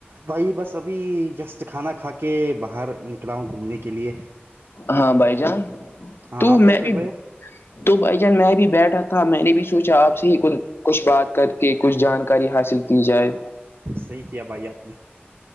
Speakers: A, on the right (about 70°); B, on the left (about 65°).
A: بھائی بس ابھی جسٹ کھانا کھا کے باہر نکلا ہوں گھومنے کے لیے
B: ہاں بھائی جان
A: ہاں
B: تو
A: آپ کیا
B: میں بھی
A: کر رہے ہو
B: تو بھائی جان میں بھی بیٹھا تھا میں نے بھی سوچا آپ سے ہی کچھ بات کر کے کچھ جانکاری حاصل کی جائے
A: صحیح کیا بھائی آپ نے